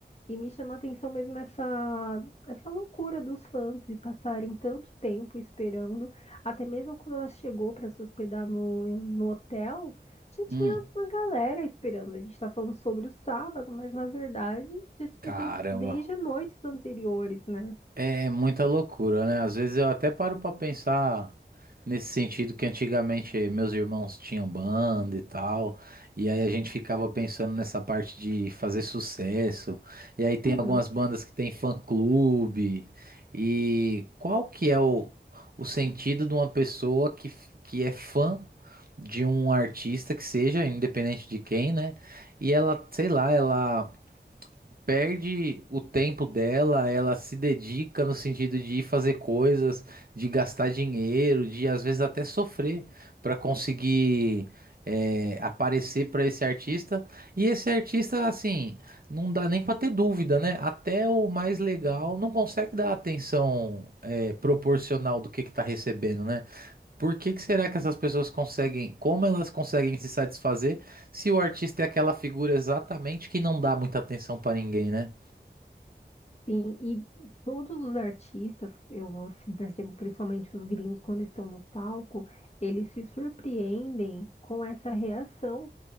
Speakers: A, on the left (about 35°); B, on the right (about 55°).
A: E me chama a atenção mesmo essa, essa loucura dos fãs de passarem tanto tempo esperando. Até mesmo quando ela chegou para se hospedar no, no hotel, já tinha
B: Hum.
A: uma galera esperando. A gente está falando sobre o sábado, mas na verdade já tinha
B: Caramba.
A: gente desde noites anteriores, né?
B: É muita loucura, né? Às vezes eu até paro pra pensar nesse sentido que antigamente meus irmãos tinham banda e tal, e aí a gente ficava pensando nessa parte de fazer sucesso. E aí tem
A: Hum,
B: algumas bandas que tem fã-clube. E qual que é o, o sentido de uma pessoa que, f- que é fã de um artista que seja, independente de quem, né? E ela, sei lá, ela perde o tempo dela, ela se dedica no sentido de ir fazer coisas, de gastar dinheiro, de às vezes até sofrer para conseguir é, aparecer para esse artista. E esse artista, assim, não dá nem para ter dúvida, né? Até o mais legal não consegue dar atenção é, proporcional do que que tá recebendo, né? Por que que será que essas pessoas conseguem, como elas conseguem se satisfazer se o artista é aquela figura exatamente que não dá muita atenção pra ninguém, né?
A: sim, e todos os artistas, eu assim, percebo principalmente os gringos quando estão no palco, eles se surpreendem com essa reação